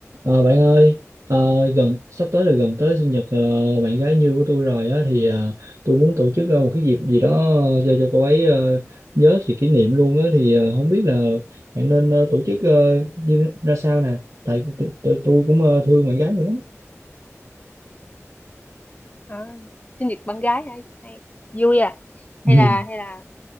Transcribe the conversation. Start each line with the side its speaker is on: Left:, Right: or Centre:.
Right: Ờ, bạn ơi, ờ, gần sắp tới là gần tới sinh nhật ờ, bạn gái như của tôi rồi á thì ờ, tôi muốn tổ chức ờ, một cái dịp gì đó ờ, cho cho cô ấy ờ, nhớ thì kỷ niệm luôn á thì ờ, không biết là bạn nên ờ, tổ chức ờ, như ra sao nè, tại tôi tôi, tôi cũng ờ, thương bạn gái mình lắm.
Left: à, sinh nhật bạn gái hay hay vui à
Right: <laughs>
Left: hay là hay là